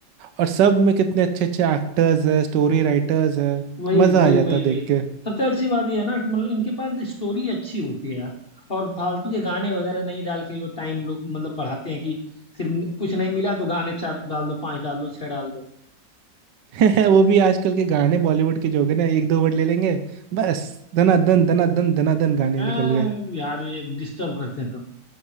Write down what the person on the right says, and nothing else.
और सब में कितने अच्छे अच्छे एक्टर्स हैं स्टोरी राइटर्स हैं
मजा
आ जाता
देख के
<laughs> वो भी आजकल के गाने बॉलीवुड के जो हो गए ना एक दो वर्ड ले लेंगे बस धनाधन धनाधन धनाधन गाने
निकल